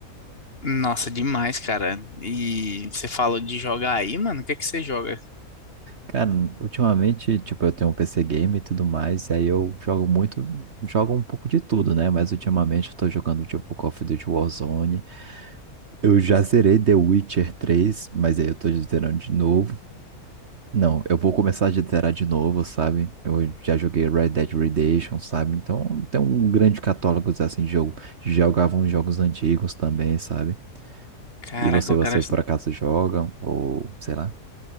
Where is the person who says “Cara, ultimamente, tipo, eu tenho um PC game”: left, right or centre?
Right